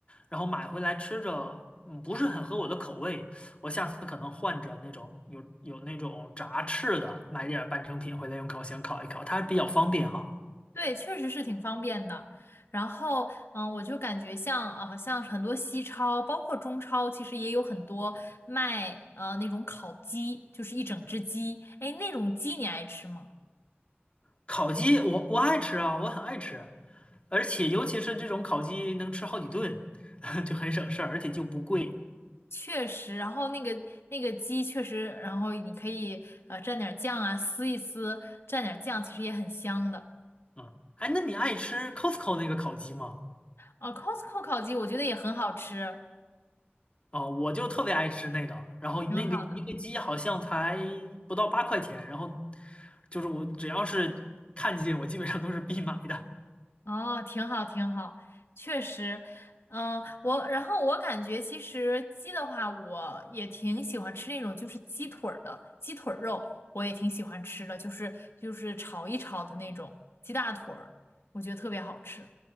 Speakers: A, on the left; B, on the left.
A: 然后买回来吃着，嗯，不是很合我的口味。我下次可能换着那种有有那种炸翅的，买点儿半成品回来用烤箱烤一烤，它比较方便哈。
B: 对，确实是挺方便的。然后，嗯、我就感觉像啊、呃像很多西超，包括中超，其实也有很多卖呃那种烤鸡，就是一整只鸡。哎，那种鸡你爱吃吗？
A: 烤鸡我我爱吃啊，我很爱吃，而且尤其是这种烤鸡能吃好几顿，<laughs> 就很省事儿，而且就不贵
B: 确实，然后那个那个鸡确实，然后你可以呃蘸点儿酱啊，撕一撕，蘸点儿酱，其实也很香的。
A: 啊。哎，那你爱吃 Costco 那个烤鸡吗？
B: 哦，Costco 烤鸡我觉得也很好吃，
A: 啊，我就特别爱吃那个，然后那个一个鸡好像才
B: 挺好的。
A: 不到八块钱，然后就是我只要是看见我基本上都是必买的。
B: 哦，挺好，挺好，确实，嗯，我然后我感觉其实鸡的话，我也挺喜欢吃那种就是鸡腿儿的鸡腿儿肉，我也挺喜欢吃的，就是就是炒一炒的那种鸡大腿儿，我觉得特别好吃。